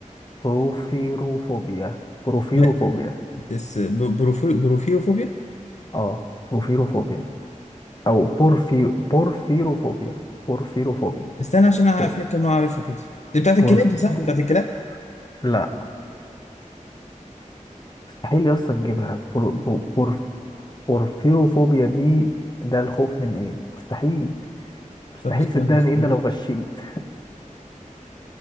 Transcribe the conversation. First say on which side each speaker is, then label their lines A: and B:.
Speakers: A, on the left; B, on the left.
A: بروفيروفوبيا بروفيروفوبيا
B: ما- بس ب- بروفي- بروفيروفوبيا
A: اه بروفيروفوبيا أو بورفي بورفيروفوبيا بورفيروفوبيا
B: استنى عشان انا
A: بور...
B: فيها كام نوع عارفها كده دي بتاعت الكلاب
A: بورفيرو
B: دي صح بتاعت الكلاب
A: لا مستحيل يا اسطى تجيبها بور... بور... بور- بورفيروفوبيا دي ده الخوف من ايه مستحيل مستحيل
B: طب استنى
A: صدقني
B: استنى
A: إلا لو غشيت